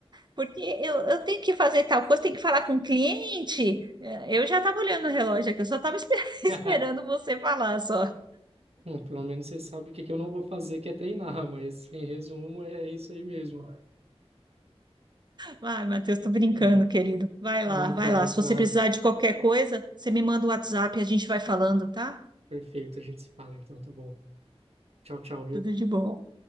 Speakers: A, on the right (about 45°); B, on the right (about 70°).
A: porque eu, eu tenho que fazer tal coisa, tenho que falar com o cliente. É, Eu já estava olhando o relógio aqui, eu só estava <laughs> esperando
B: <laughs>
A: você falar só.
B: Hum, Pelo menos você sabe o que que eu não vou fazer, que é treinar, mas em resumo é isso aí mesmo.
A: Vai, Matheus, tô brincando,
B: Hum,
A: querido. Vai
B: Não,
A: lá, vai
B: claro,
A: lá. Se
B: claro.
A: você precisar de qualquer coisa, você me manda o WhatsApp e a gente vai falando, tá?
B: Perfeito, a gente se fala então, tá bom. Tchau, tchau, viu?
A: Tudo de bom.